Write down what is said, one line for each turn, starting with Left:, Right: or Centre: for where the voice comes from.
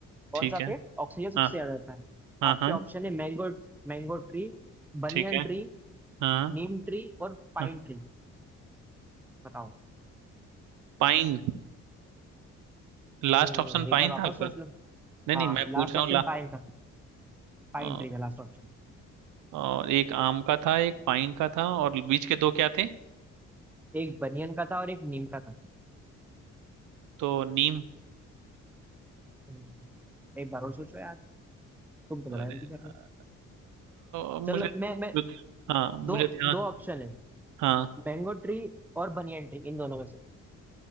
Centre: कौन
Right: ठीक
Centre: सा
Right: है
Centre: पेड़ ऑक्सीजन सबसे
Right: हाँ
Centre: ज्यादा देता है
Right: हाँ
Centre: आपके
Right: हाँ
Centre: ऑप्शन है mango mango tree banyan
Right: ठीक है
Centre: tree
Right: हाँ हाँ
Centre: neem tree और पाइन
Right: हाँ।
Centre: ट्री बताओ
Right: पाइन लास्ट
Centre: हम्म
Right: ऑप्शन पाइन
Centre: एक बार वापस
Right: था आपका
Centre: सोच लो
Right: नहीं नहीं
Centre: हाँ
Right: मैं
Centre: लास्ट
Right: पूछ रहा
Centre: ऑप्शन
Right: हूँ ला
Centre: पाइन था पाइन
Right: अ,
Centre: ट्री था लास्ट ऑप्शन
Right: अ, एक आम का था एक पाइन का था और बीच के दो क्या थे
Centre: एक बनियन का था और एक नीम का था
Right: तो नीम
Centre: हम्म, एक बार और सोचो यार तुम तो बड़ा
Right: अरे
Centre: जल्दी
Right: यार,
Centre: कर रहे हो
Right: अ,
Centre: चलो
Right: मुझे
Centre: मैं मैं
Right: हाँ
Centre: दो
Right: मुझे ध्यान
Centre: दो ऑप्शन है
Right: हाँ
Centre: मैंगो ट्री और बनियन ट्री इन दोनों में से